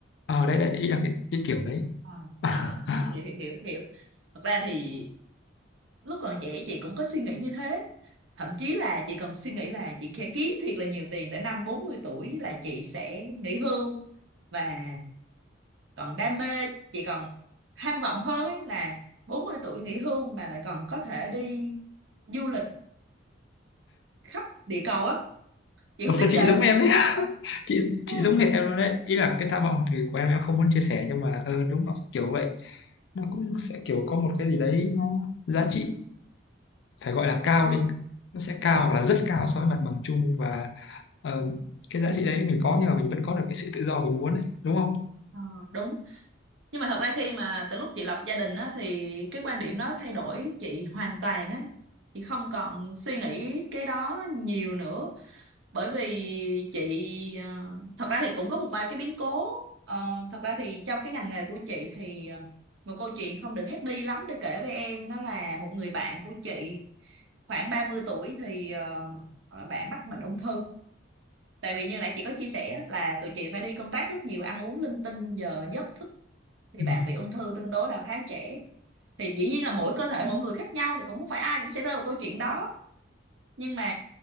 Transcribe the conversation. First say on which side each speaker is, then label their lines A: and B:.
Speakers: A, on the left; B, on the right.
A: ờ đấy đấy ý là cái, cái kiểu đấy
B: à
A: <laughs>
B: ờ, ờ, hiểu hiểu hiểu hiểu. Thật ra thì lúc còn trẻ chị cũng có suy nghĩ như thế thậm chí là chị còn suy nghĩ là chị sẽ kiếm thiệt là nhiều tiền để năm 40 tuổi là chị sẽ nghỉ hưu và còn đam mê chị còn tham vọng hơn ấy là 40 tuổi nghỉ hưu mà lại còn có thể đi du lịch khắp địa cầu á chị
A: Ủa
B: không
A: sao
B: biết
A: chị
B: giờ em
A: giống
B: có suy
A: em
B: nghĩ
A: đấy
B: không
A: chị
B: Ừ.
A: chị giống hệt em luôn đấy ý là cái tham vọng thì của em em không muốn chia sẻ nhưng mà ờ, đúng nó sẽ kiểu vậy nó cũng sẽ kiểu có một cái gì đấy nó giá trị phải gọi là cao
B: Ừ.
A: đi nó sẽ cao hoặc là rất cao so với mặt bằng chung và ờ, cái giá trị đấy mình có nhưng mà mình vẫn có được cái sự tự do mình muốn đấy đúng không
B: Ờ, ờ, đúng nhưng mà thật ra khi mà từ lúc chị lập gia đình á thì cái quan điểm đó thay đổi chị hoàn toàn á chị không còn suy nghĩ cái đó nhiều nữa bởi vì chị ờ, thật ra thì cũng có một vài cái biến cố Ờ, thật ra thì trong cái ngành nghề của chị thì ờ, một câu chuyện không được happy lắm để kể với em đó là một người bạn của chị khoảng 30 tuổi thì ờ, ờ, bạn mắc bệnh ung thư tại vì như nãy chị có chia sẻ là tụi chị phải đi công tác rất nhiều ăn uống linh tinh giờ giấc thức thì
A: Ừ.
B: bạn bị ung thư tương đối là khá trẻ thì dĩ nhiên là mỗi cơ thể mỗi người khác nhau thì cũng không phải ai cũng sẽ rơi vào câu chuyện đó nhưng mà